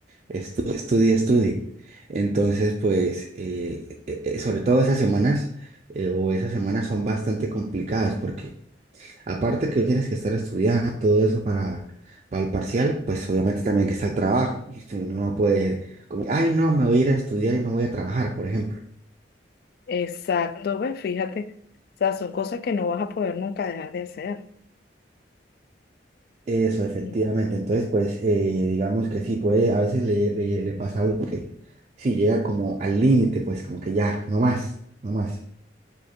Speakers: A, on the right; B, on the left.
A: estudia, estudia, estudia. Entonces, pues, eh, eh, eh, sobre todo esas semanas eh, o esas semanas son bastante complicadas porque Aparte que tienes que estar estudiando y todo eso para, para el parcial, pues obviamente también que está el trabajo. Y tú no puedes como, ay, no, me voy a ir a estudiar y no voy a trabajar, por ejemplo.
B: Exacto, ves, fíjate, o sea, son cosas que no vas a poder nunca dejar de hacer.
A: Eso, efectivamente.
B: Mm.
A: Entonces, pues eh, digamos que sí, puede, a veces le, le, le pasa a uno que sí llega como al límite, pues como que ya, no más, no más.